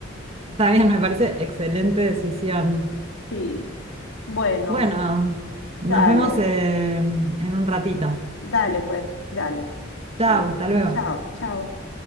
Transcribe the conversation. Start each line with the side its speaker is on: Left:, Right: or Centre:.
Right: está bien, me parece excelente decisión.
Left: Sí, bueno,
Right: Bueno,
Left: dale,
Right: nos vemos eh, en un ratito.
Left: dale, pues, dale.
Right: Chao,
Left: Ok,
Right: hasta luego.
Left: Chao, chao.